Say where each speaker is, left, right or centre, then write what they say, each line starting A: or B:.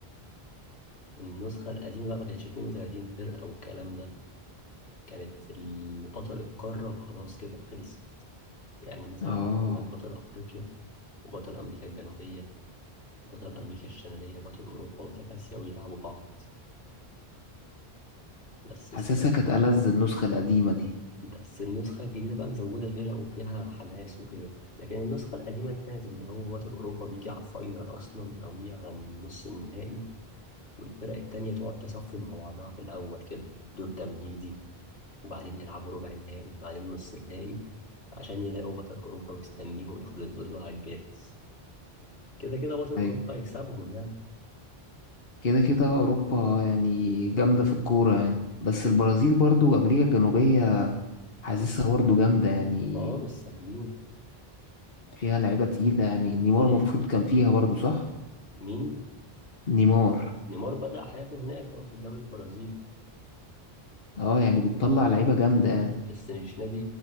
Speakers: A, on the left; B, on the left.
A: النسخة القديمة بقى ما كانتش 32 فرقة والكلام ده كانت ال- بطل القارة وخلاص كده خلصت يعني مثلا
B: اه
A: يجيبوا لك بطل أفريقيا وبطل أمريكا الجنوبية بطل أمريكا الشمالية بطل أوروبا بطل آسيا ويلعبوا بعض بس الصراحة
B: حاسسها كانت ألذ النسخة القديمة دي
A: بس النسخة الجديدة بقى مزودة فرق وفيها حماس وكده لكن النسخة القديمة دي كانت اللي هو بطل أوروبا بيجي على الفاينل أصلا أو يجي على النص النهائي والفرق التانية تقعد تصفي مع بعضها في الأول كده دور تمهيدي وبعدين يلعبوا ربع نهائي بعدين نص نهائي عشان يلاقوا بطل أوروبا مستنيهم ياخد البطولة على الجاهز كده كده بطل أوروبا
B: أيوة
A: يكسبهم يعني
B: كده كده أوروبا يعني جامدة في الكورة يعني بس البرازيل برضو وأمريكا الجنوبية حاسسها برضو جامدة يعني
A: ما هو مش سهلين
B: فيها لعيبة تقيلة يعني نيمار
A: زي
B: المفروض كان فيها برضو صح؟
A: مين
B: نيمار
A: نيمار بدأ حياته هناك اه في الدوري البرازيلي
B: اه يعني بتطلع لعيبة جامدة يعني
A: بس مش نادي